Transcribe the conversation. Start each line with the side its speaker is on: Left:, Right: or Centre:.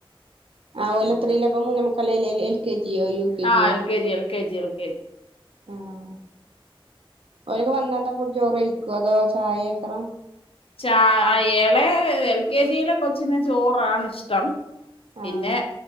Right: ആഹ ഓലത്രയില
Left: അന്നിട്ട്
Right: അപ്പ മൂന്ന മുുക്കല്ലല്ല എൽ കെ ജിയോ യു കെ
Left: ആഹ്
Right: ജിയോ
Left: L K G L K G L A
Right: ആഹ് ഓല് ങ്ങ് വന്നാ ന്താ ഫുഡ് ചോറ്ഴിക്കൊ അതോ ചായ ക്കല
Left: ചായഎളേ എൽ കെ ജിയിലെ കൊച്ചിന് ചോറാണ് ഇഷ്ടം പിന്നെ
Right: ആഹ്